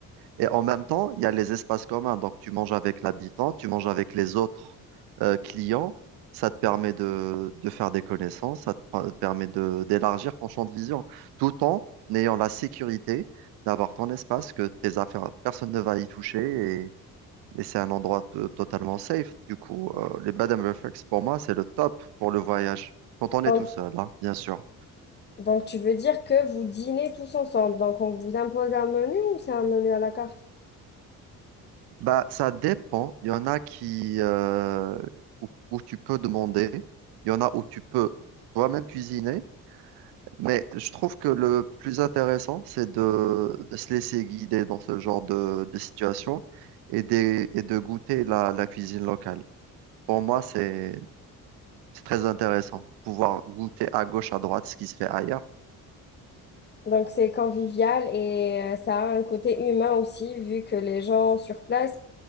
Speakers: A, on the right; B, on the left.
A: et en même temps, il y a les espaces communs. Donc, tu manges avec l'habitant, tu manges avec les autres euh, clients. Ça te permet de, de faire des connaissances, ça te pr- permet de, d'élargir ton champ de vision, tout en ayant la sécurité d'avoir ton espace, que tes affaires, personne ne va y toucher mais c'est un endroit to- totalement safe. Du coup, euh, les Bed and Breakfast, pour moi, c'est le top pour le voyage. Quand on
B: Donc,
A: est tout seul, hein, bien sûr.
B: donc, tu veux dire que vous dînez tous ensemble. Donc, on vous impose un menu ou c'est un menu à la carte?
A: Bah, ça dépend. Il y en a qui, euh, où, où tu peux demander. Il y en a où tu peux toi-même cuisiner. Mais je trouve que le plus intéressant, c'est de, de se laisser guider dans ce genre de, de situation et de, et de goûter la, la cuisine locale. Pour moi, c'est, c'est très intéressant. Pouvoir goûter à gauche, à droite ce qui se fait ailleurs.
B: Donc, c'est convivial et euh, ça a un côté humain aussi, vu que les gens sur place,